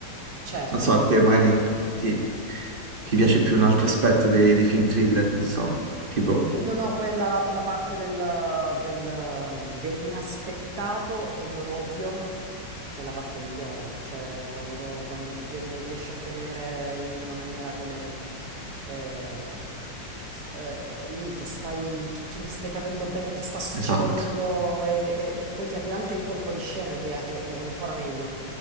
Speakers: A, on the right (about 60°); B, on the right (about 40°).
A: Certo,
B: Non so, a te
A: il...
B: magari ti, ti piace più un altro aspetto dei, dei film thriller, non so, tipo,
A: mi- No, no, quella la, la parte del- del- dell'inaspettato e non ovvio è la parte migliore, cioè quando, quando ti tiene, riesci a tenere in una maniera come eh, eh, lì che stai, che non stai capendo bene che sta succedendo
B: esatto,
A: e, e- e poi ti arriva anche il colpo di scena che è, è- è ancora meglio,